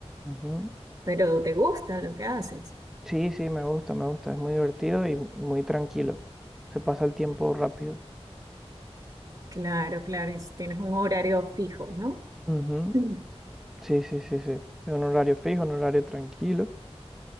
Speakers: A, in the centre; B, on the right.
A: Ujú.
B: Pero te gusta lo que haces.
A: Sí, sí, me gusta, me gusta. Es muy divertido y, y muy tranquilo. Se pasa el tiempo rápido.
B: Claro, claro. Y si tienes un horario fijo, ¿no?
A: Ujú.
B: <clears throat>
A: Sí, sí, sí, sí. Es un horario fijo, un horario tranquilo.